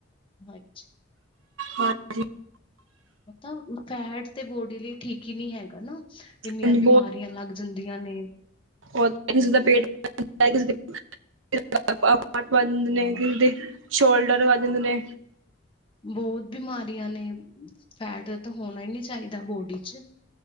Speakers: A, on the left; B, on the right.
A: ਅਜ
B: ਹਾਂਜੀ
A: ਪਤਾ ਓੜਤਾ ਹੈਟ ਤੇ ਬੋਡੀ ਲਈ ਠੀਕ। ਕੀ ਨਹੀਂ ਹੈਗਾ ਨਾ ਇੰਨੀਆਂ
B: ਹਾਂਜੀ
A: ਬਿਮਾਰੀਆਂ ਲੱਗ ਜਾਂਦੀਆਂ ਨੇ
B: ਬੋਤ ਇੰਝ ਪੇਟ ਹੈਗਾ ਜੇ <unintelligible> ਫੇਰ ਪਾਟ ਵੱਧ
A: ਹਾਂ
B: ਜਾਂਦੇ ਨੇ ਸ਼ੋਲਡਰ ਵੱਧ ਜਾਂਦੇ ਨੇ
A: ਬੋਤ ਬਿਮਾਰੀਆਂ ਨੇ ਫੈਟ ਤਾਂ ਹੋਣਾ ਹੀ ਨੀ ਚਾਹੀਦਾ ਬੋਡੀ ਚ।